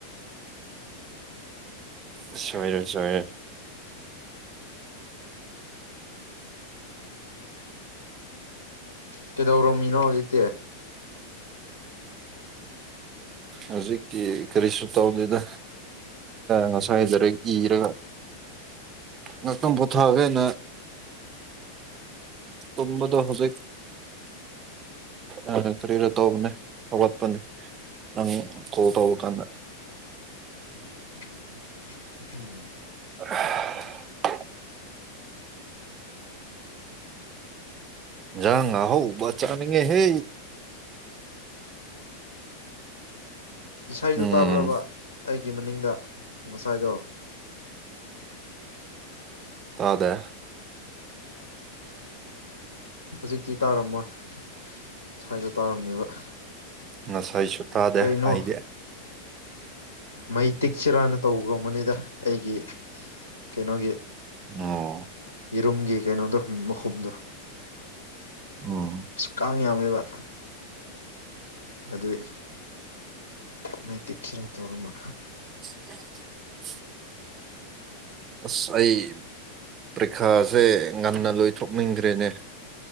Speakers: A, on the right (about 30°); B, on the left (about 80°).
A: ꯁꯣꯏꯔꯦ ꯁꯣꯏꯔꯦ
B: ꯀꯩꯗꯧꯔꯝꯃꯤꯅꯣ ꯍꯧꯖꯤꯛꯇꯤ
A: ꯍꯧꯖꯤꯛꯇꯤ ꯀꯔꯤꯁꯨ ꯇꯧꯗꯦꯗ ꯉꯁꯥꯏꯗꯔ ꯏꯔꯒ ꯉꯥꯛꯇꯪ ꯄꯣꯊꯥꯑꯒꯦꯅ ꯇꯝꯕꯗꯨ ꯍꯧꯕꯦꯛ ꯑ ꯐꯔꯤꯔ ꯇꯅꯦ ꯑꯋꯥꯠꯄꯅꯤ ꯑ ꯀꯣꯇ ꯀꯗ
B: <inaudible> ꯎꯝ
A: <unintelligible> ꯌꯥꯥꯡꯉ ꯍꯥꯎ ꯆꯅꯤꯡꯒꯦ ꯍꯦ
B: ꯏꯁꯩꯗꯣ
A: ꯎꯝ
B: ꯇꯥꯕ꯭ꯔꯕ ꯑꯩꯒꯤ ꯃꯅꯤꯡꯗ ꯉꯁꯥꯏꯗꯣ
A: ꯇꯥꯗ
B: ꯍꯧꯖꯤꯛꯇꯤ ꯇꯥꯔꯝꯃꯣꯏ ꯁ꯭ꯋꯥꯏꯗ ꯇꯥꯔꯝꯅꯦꯕ
A: ꯉꯁꯥꯏꯁꯨ ꯇꯥꯗꯦ
B: ꯀꯩꯅꯣ
A: ꯍꯥꯏꯗꯦ
B: ꯃꯩ ꯇꯤꯛꯁꯤꯔꯥꯅ ꯇꯧꯕꯨꯝꯕꯅꯤꯗ ꯑꯩꯒꯤ ꯀꯩꯅꯣꯒꯤ
A: ꯑꯣ
B: ꯌꯦꯔꯨꯝꯒꯤ ꯀꯩꯅꯣꯗꯣ ꯃꯈꯨꯝꯗꯣ
A: ꯎꯝ
B: ꯈꯪ ꯌꯥꯝꯃꯦꯕ ꯑꯗꯨꯗ ꯃ ꯇꯛꯆꯔ ꯇꯧꯔꯝꯕ
A: ꯎ ꯑꯁ ꯑꯩ ꯄ꯭ꯔꯤꯈꯥꯁꯦ ꯉꯟꯅ ꯂꯣꯏꯊꯣꯛꯅꯤꯡꯈ꯭ꯔꯦꯅꯦ